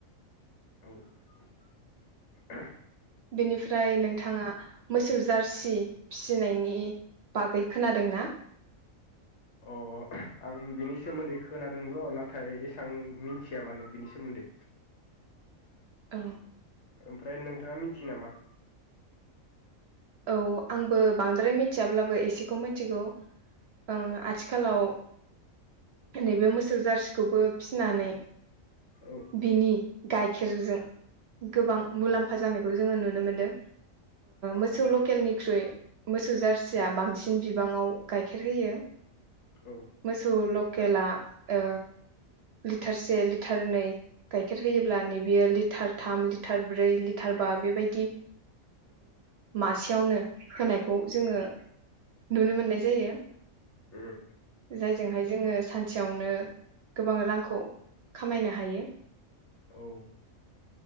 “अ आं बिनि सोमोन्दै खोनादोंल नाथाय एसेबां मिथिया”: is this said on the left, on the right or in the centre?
Left